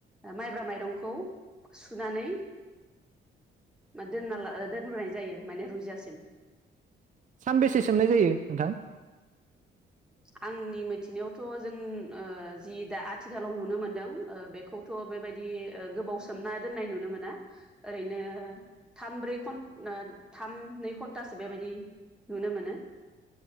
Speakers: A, in the centre; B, on the right.
A: माइब्रा माइरंखौ सुनानै मा दोननाला दोनबोनाय जायो माने रुइजासिम
B: सानबेसे सोमनाय जायो नोंथां?
A: आंनि मिथिनायावथ' जों ओ जि दा आथिखालाव नुनो मोनदों ओ बे बखौथ' बेबायदि ओ गोबाव सोमना दोननाय नुनो मोना ओरैनो थाम ब्रै घन ना थाम नै घन्टासो बेबायदि नुनो मोनो